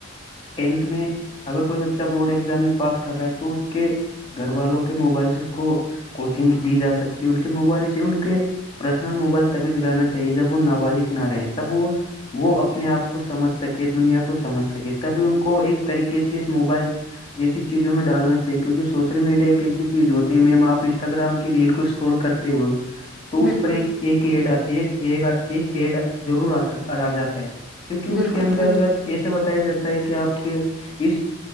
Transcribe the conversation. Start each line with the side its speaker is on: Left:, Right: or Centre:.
Left: ٹینتھ میں اگر کوئی بچہ بورڈ ایگزام میں پاس کر رہا ہے تو اس کے گھر والوں کے موبائل سے اس کو کوچنگ دی جا سکتی ہے ان کے موبائل سے ان کے پرسنل موبائل تبھی دلانا چاہیے جب وہ نابالغ نہ رہے تب وہ وہ اپنے آپ کو سمجھ سکے دنیا کو سمجھ سکے تبھی ان کو ایک طریقے سے اس موبائل جیسی چیزوں میں ڈالنا چاہیے کیکہ سوشل میڈیا ایک ایسی چیز ہوتی ہے میم آپ انسٹاگرام کی ریل کو اسکرول کرتے ہو تو اس
Centre: بالکل
Left: پر ایک ایک ایڈا ایک ایڈا ضرور آ آ جاتا ہے کیونکہ اس
Centre: بالکل
Left: کے انترگت
Centre: بالکل
Left: ایسا بتایا جاتا ہے کہ آپ کے اس